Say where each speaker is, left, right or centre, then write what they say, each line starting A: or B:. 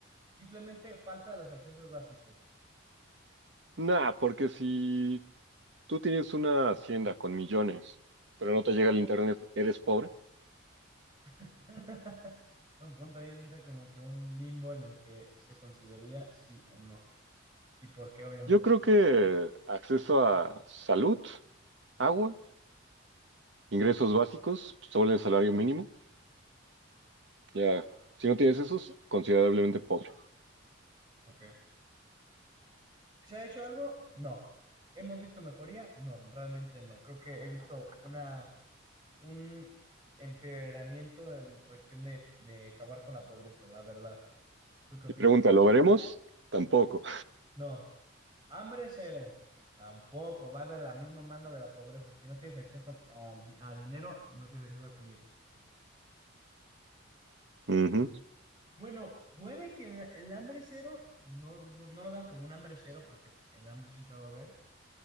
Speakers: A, on the right; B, on the right.
A: simplemente falta de los accesos básicos.
B: Nah, porque si tú tienes una hacienda con millones, pero no te llega el internet, eres pobre.
A: <laughs> Un punto ahí entra como que un limbo en el que se consideraría sí o no. Y por qué, obviamente.
B: Yo creo que acceso a salud, agua, ingresos básicos sobre el salario mínimo, ya, si no tienes esos, considerablemente pobre.
A: Ok. ¿Se ha hecho algo? No. ¿Hemos visto mejoría? No, realmente no. Creo que he visto una, un empeoramiento en cuestión de, de acabar con la pobreza, la verdad. ¿Tú qué opinas?
B: Y pregunta, ¿lo veremos? Tampoco.
A: No. Hambre cero. Tampoco. Va de la misma mano de la pobreza. Si no tienes acceso a, a- a dinero, no tienes acceso a comida.
B: Ujú.
A: Bueno, puede que el hambre cero no, no, no lo veas como un hambre cero porque el hambre siempre va a haber,